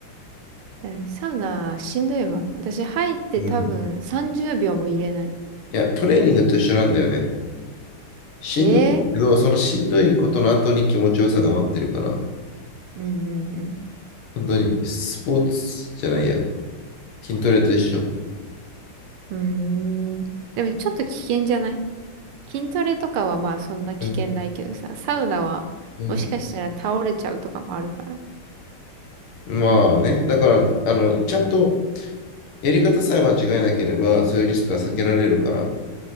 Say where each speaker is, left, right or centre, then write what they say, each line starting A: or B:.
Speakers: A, on the right (about 80°); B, on the left (about 70°).
A: でサウナしんどいもん。私入って多分30秒も入れない。
B: うん。いや、トレーニングと一緒なんだよね。しんどいけど、
A: えー
B: そのしんどいことの後に気持ちよさが待ってるから、
A: うんうんうん
B: 本当にスポーツじゃないや。筋トレと一緒。
A: うーん。でもちょっと危険じゃない筋トレとかはまあそんな危険ないけどさ、
B: うん。
A: サウナはもしかしたら倒れちゃうとかもあるから。
B: うん。まあね、だから、あの、ちゃんとやり方さえ間違えなければ、そういうリスクは避けられるから、